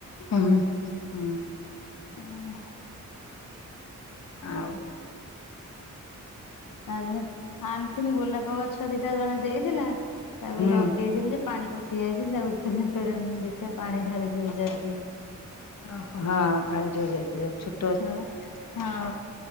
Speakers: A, on the left; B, on the left.
A: ଉହୁଁ ହୁଁ।
B: ହୁଁ।
A: ଆଉ।
B: ଆରେ ଆଣିଥିନି ଗୋଲାପ ଗଛ ଦିଟା ଜଣେ ଦେଇ ଥିଲା ତାକୁ
A: ହୁଁ।
B: ଲଗେଇଥିଲି ଯେ ପାଣି ପ ଦେଖି ଆଇଛି ଯାଉଥିନି ଫେରେ ମୁଁ ଦେଖିବା ପାଣି ଢାଳିଦିଏ ଓଜାଡ଼ିଦିଏ।
A: ଓ ହଁ ପାଣି ଟିକେ ଓଜାଡ଼ିଦିଅ ଛୋ
B: ହଁ ହଁ